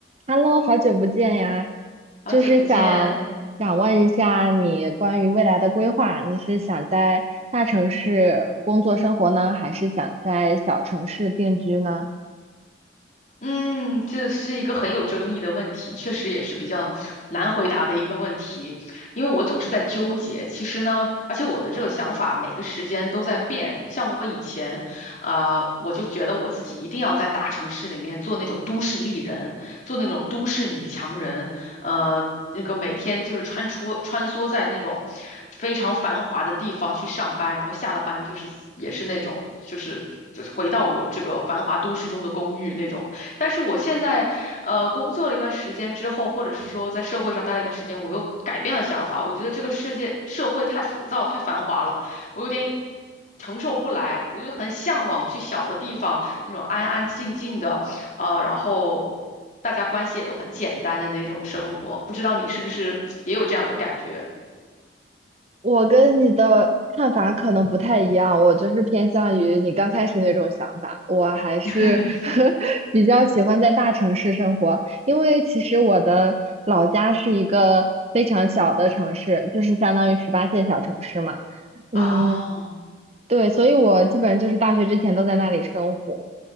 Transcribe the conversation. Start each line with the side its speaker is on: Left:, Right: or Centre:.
Right: Hello，好久不见呀，
Left: 好久不见，
Right: 就是想想问一下你关于未来的规划，你是想在大城市工作生活呢，还是想在小城市定居呢？
Left: 嗯，这是一个很有争议的问题，确实也是比较难回答的一个问题，因为我总是在纠结。其实呢，而且我的这个想法每个时间都在变。像我以前，呃，我就觉得我自己一定要在大城市里面做那种都市丽人，做那种都市女强人，呃，那个每天就是穿梭穿梭在那种非常繁华的地方去上班，然后下了班就是也是那种就是就是回到我这个繁华都市中的公寓那种。但是我现在，呃，工作了一段时间之后，或者是说在社会上待了一段时间，我又改变了想法。我觉得这个世界社会太浮躁、太繁华了，我有点承受不来。我就很向往去小的地方，那种安安静静的，啊，然后大家关系也都很简单的那种生活。不知道你是不是也有这样的感觉？
Right: 我跟你的看法可能不太一样，我就是偏向于你刚开始那种想法，我还是
Left: <laughs>
Right: <laughs> 比较喜欢在大城市生活，因为其实我的老家是一个非常小的城市，就是相当于十八线小城市嘛，嗯，
Left: 哦，
Right: 对，所以我基本就是大学之前都在那里生活。